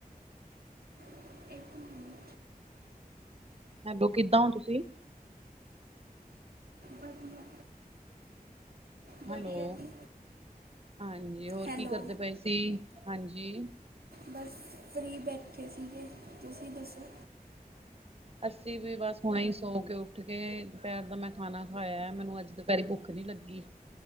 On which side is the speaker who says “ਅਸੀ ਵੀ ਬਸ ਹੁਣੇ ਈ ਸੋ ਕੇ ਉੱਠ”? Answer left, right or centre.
Right